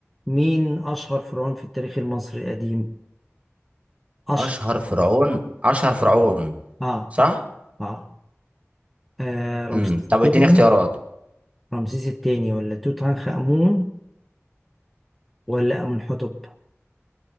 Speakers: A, in the centre; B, on the right.
A: مين أشهر فرعون في التاريخ المصري القديم أشهر
B: اشهر فرعون اشهر فرعون
A: آه
B: صح
A: آه, آه رمسيس
B: امم
A: الثاني
B: طب اديني اختيارات
A: رمسيس الثاني ولا توت عنخ آمون ولا أمنحتب